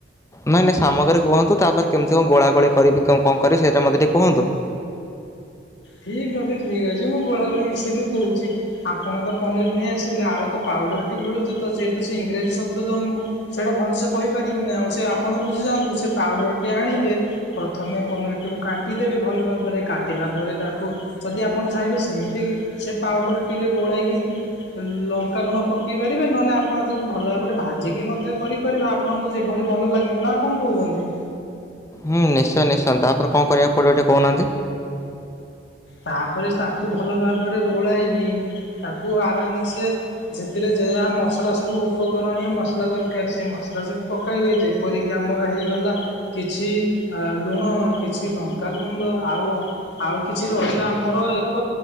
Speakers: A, on the left; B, on the left.
A: ନାଇଁ ନାଇଁ ସାମଗ୍ରୀ କହନ୍ତୁ, ତାପରେ କେମତି କଣ ଗୋଳା ଗୋଳି କରିବି କ କଣ କରିବି ସେଇଟା ମତେ ଟିକେ କୁହନ୍ତୁ?
B: ଠିକ ଅଛି ଠିକ ଅଛି, ମୁଁ ଗୋଳା ଗୋଳି ବିଷୟରେ ବି କହୁଛି। ଆପଣ ତ ପନିର ନେଇ ଆସିଲେ ଆଳୁ ଏକ ପାଉଡର ଟି ମିଳୁଛି। ତ ଯେହେତୁ ସେ ଇଂରାଜୀ ଶବ୍ଦ ତ, ମୁଁ ସେଇରା ଭଲସେ କହିପାରିବିନି। ଆଉ ସେ ଆପଣ ବୁଝିଯାଆନ୍ତୁ। ସେ ପାଉଡରଟି ଆଣିବେ ପ୍ରଥମେ ପନିରଟିକୁ କା ଟି ଦେବେ ଭଲ ଭାବରେ କାଟିଲା ପରେ, ତାକୁ ଯଦି ଆପଣ ଚାହିଁବେ ସେମିତି ସେ ପାଉଡ଼ର ଟିରେ ଗୋଳେଇକି ଦି ଲଙ୍କା ଲୁଣ ପକେଇ ପାରିବେ, ନହେଲେ ଆପଣ ତାକୁ ଭଲ ଭାବରେ ଭାଜିକି ମଧ୍ୟ କରିପାରିବେ। ଆ ଆପଣଙ୍କୁ ଯେଭଳି ଭଲ ଲାଗିବ, ନା ଆଉ କଣ କହୁଛନ୍ତି?
A: ହୁଁ ନିଶ୍ଚୟ ନିଶ୍ଚୟ, ତାପରେ କଣ କରିବାକୁ ପଡିବ ଟିକେ କହୁନାହାନ୍ତି?
B: ତାପରେ ତାକୁ ଭଲ ଭାବରେ ଗୋଳାଇକି, ତାକୁ ଆରାମ ସେ ସେଥିରେ ଯେଆ ମସଲା ସବୁ, ଉପକରଣୀୟ ମସଲା ଦରକାର ସେ ମସଲା ସବୁ ପକାଇବେ ଯେ ଏପରିକି ଆମର ହେଇଗଲା କିଛି ଆ ଲୁଣ, କିଛି ଲଙ୍କାଗୁଣ୍ଡ ଆଉ ଆଉ କିଛି ରହିଲା ଆମର ଏକ